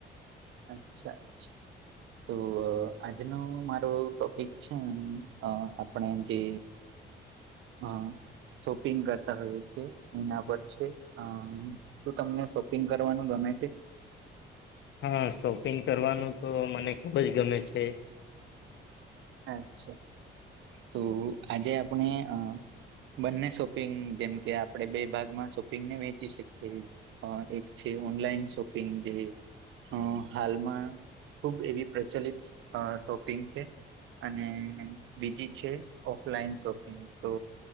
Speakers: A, on the right (about 75°); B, on the left (about 65°).
A: અચ્છા્ તો આજનો મારો ટોપિક છે આપણે જે હા શોપિંગ કરતા હોયએ છેએ એના પર છે અ તું તમને શોપિંગ કરવાનું ગમે છે.
B: હા શોપિંગ કરવાનું તો મને ખુબ જ ગમે છે.
A: અચ્છા તો આજે આપણે અ બંને શોપિંગ જેમકે આપણે બે ભાગમાં શોપિંગને વેચી શકીએ હ એક છે ઓનલાઈન શોપિંગ જે અ હાલમાં ખુબ એવી પ્રચલિત શોપિંગ છે. અને બીજી છે ઓફલાઈન શોપિંગ તો